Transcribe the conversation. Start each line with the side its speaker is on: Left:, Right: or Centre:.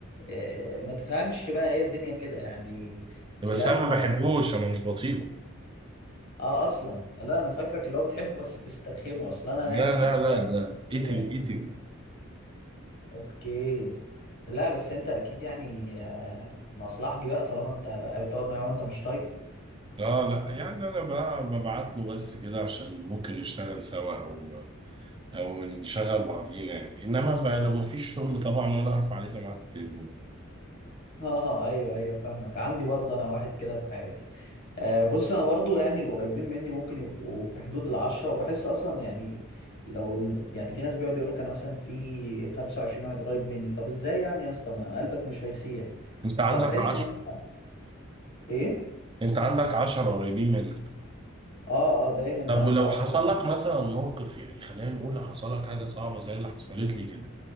Left: آه، ما تفهمش بقى هي الدنيا كده يعني
Right: بس
Left: اللي قلبه
Right: انا ما بحبوش
Left: ما
Right: انا مش بطيقه
Left: اه اصلا لا انا فاكرك اللي هو بتحبه بس بتسترخمه اصلا انا
Right: لا
Left: يعني في
Right: لا لا
Left: واحد
Right: ده
Left: صاحبي كده
Right: ايتيو
Left: يعني
Right: ايتيو
Left: اوكي لا بس انت اكيد يعني آه، مصلحجي بقى طالما انت بتقعد معاه وانت مش طايق
Right: اه لا يعني انا بقى ببعت له بس كده عشان ممكن نشتغل سوا او او نشغل بعضينا يعني انما بقى لو مفيش شغل طبعا وانا ارفع عليه سماعه التليفون
Left: اه ايوه ايوه فاهمك عندي برضه انا واحد كده في حياتي آه بص انا برضه يعني القريبين مني ممكن يبقوا في حدود العشرة وبحس اصلا يعني لو ال- يعني في ناس بيقعد يقول لك انا مثلا في 25 واحد قريب مني طب ازاي يعني يا اسطى ما قلبك مش هيسيح
Right: انت
Left: فبحس
Right: عندك 10
Left: ان هم ايه
Right: انت عندك 10 قريبين منك
Left: اه اه دايما
Right: طب
Left: عندي
Right: ولو
Left: 10
Right: حصل لك مثلا موقف يعني خلينا نقول حصل لك حاجه صعبه زي اللي حصلت لي كده